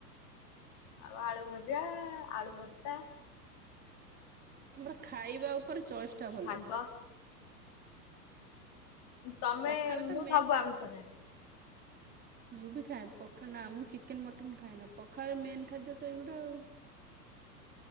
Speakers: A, on the left (about 35°); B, on the right (about 20°).
A: ଆଉ ଆଳୁ ଭଜା, ଆଳୁ ଭର୍ତା
B: ତମର ଖାଇବା ଉପରେ ଚଏସ୍ ଟା ଭଲ।
A: ଶାଗ ତମେ
B: ପଖାଳ
A: ମୁଁ
B: ତ ମେନ୍
A: ସବୁ ଆମ ସାଙ୍ଗେ
B: ମୁଁ ବି ଖାଏ ପଖା ନା ମୁଁ ଚିକେନ ମଟନ୍ ଖାଏ ନା ପଖାଳ ମେନ୍ ଖାଦ୍ୟ ତ ଏଇଗୁଟା ଆଉ